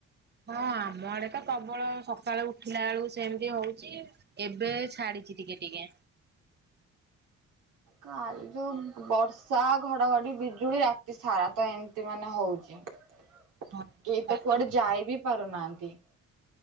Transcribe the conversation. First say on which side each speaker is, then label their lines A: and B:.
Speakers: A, on the right (about 35°); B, on the right (about 80°).
A: ହଁ ଆମ ଆଡେ ତ ପ୍ରବଳ ସକାଳୁ ଉଠିଲା ବେଳକୁ ସେମିତି ହଉଛି ଏବେ ଛାଡିଛି ଟିକେ ଟିକେ
B: କାଲି ଯୋଉ ବର୍ଷା ଘଡଘଡି ବିଜୁଳି ରାତି ସାରା ତ ଏମତି ମାନେ ହଉଛି କେହି
A: ହଁ କାଲି
B: ତ କୁଆଡେ ଯାଇ ବି ପାରୁନାହାନ୍ତି।